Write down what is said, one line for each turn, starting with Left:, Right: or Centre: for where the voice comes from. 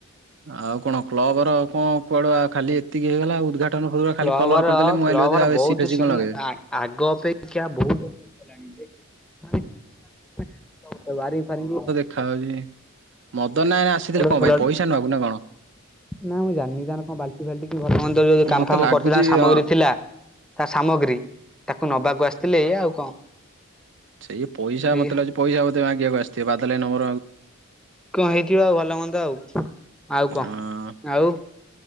Right: ଆଉ କଣ କ୍ଲବର କଣ କୁଆଡୁଆ ଖାଲି ଏତିକିହେଇଗଲା ଉଦ୍ଘାଟନ
Centre: କ୍ଲବର
Right: ଖାଲି କଲର କରିଦେଲେ ମୁଁ
Centre: କ୍ଲବର
Right: ଭାବିଲି ଆଉ
Centre: ବହୁତ
Right: ଏସି ଫେସି
Centre: ଶିବୁନା
Right: କଣ ଲଗେଇବେ?
Centre: ଆ ଆଗ ଅପେ ଅପେକ୍ଷା <inaudible>
Right: ଦେଖ ହାଉଛି ମଦନା ଆସିଥିଲେ
Centre: କଲର
Right: କଣ
Centre: ଫଲର
Right: ପାଇଁ ପଇସା ନବାକୁ ନା କଣ?
Centre: ନା ମୁଁ ଜାଣିନି ତାର କଣ ବାଲ୍ଟି ଫାଲ୍ଟି ଭିତରେ ଯୋଉ କାମ
Right: ମତେ
Centre: ଫାମ
Right: ଲାଗୁଛି
Centre: କରିଥିଲା ସାମଗ୍ରୀ
Right: ହଁ
Centre: ଥିଲା। ତା ସାମଗ୍ରୀ ତାକୁ ନବାକୁ ଆସିଥିଲେ ଏଇଆ ଆଉ କଣ?
Right: ସେଇ ପଇସା
Centre: ଏଇଆ
Right: ମତେ ଲାଗୁଛି ପଇସା ବୋଧେ ମାଗିବାକୁ ଆସିଥିବ ବାଦଲ ଭାଇ ନବ।
Centre: କଣ ହେଇଥିବ ଆଉ ଭଲ ମନ୍ଦ ଆଉ ଆଉ କଣ
Right: ହଁ।
Centre: ଆଉ